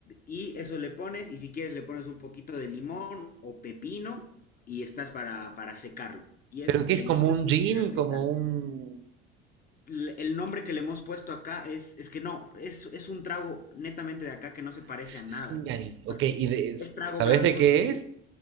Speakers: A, on the left; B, on the right.
A: Y eso le pones, y si quieres le pones un poquito de limón o pepino, y estás para, para secarlo. Y es
B: Pero que
A: delicioso
B: es como un gin,
A: y refrescante.
B: como un...
A: L- El nombre que le hemos puesto acá es, es que no, es, es un trago netamente de acá que no se parece
B: Ay, s-
A: a nada.
B: Singani. Ok,
A: No,
B: ¿y de, s-
A: Es trago
B: sabes
A: blanco,
B: de qué
A: eso sí.
B: es?